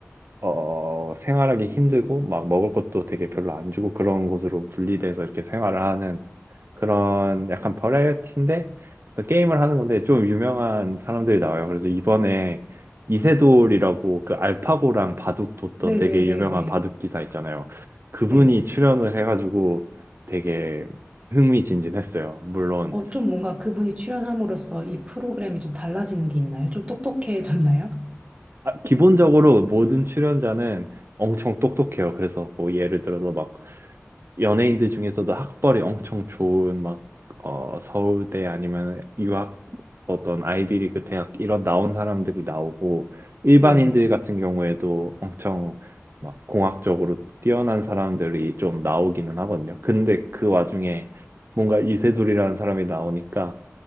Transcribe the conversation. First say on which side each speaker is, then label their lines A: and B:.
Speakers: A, on the right; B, on the right.
A: 어, 생활하기 힘들고 막 먹을 것도 되게 별로 안 주고 그런 곳으로 분리돼서 이렇게 생활을 하는 그런 약간 버라이어티인데 또 게임을 하는 건데 좀 유명한 사람들이 나와요. 그래서 이번에 이세돌이라고 그 알파고랑 바둑 뒀던
B: 네네네네.
A: 되게 유명한 바둑 기사 있잖아요. 그분이
B: 네.
A: 출연을 해가지고 되게 흥미진진했어요. 물론
B: 어, 좀 뭔가 그분이 출연함으로써 이 프로그램이 좀 달라지는 게 있나요? 좀 똑똑해졌나요?
A: 아, 기본적으로 모든 출연자는 엄청 똑똑해요. 그래서 뭐 예를 들어서 막 연예인들 중에서도 학벌이 엄청 좋은 막 어, 서울대 아니면 유학 어떤 아이비리그 대학 이런 나온 사람들이 나오고 일반인들
B: 네.
A: 같은 경우에도 엄청 막 공학적으로 뛰어난 사람들이 좀 나오기는 하거든요. 근데 그 와중에 뭔가 이세돌이라는 사람이 나오니까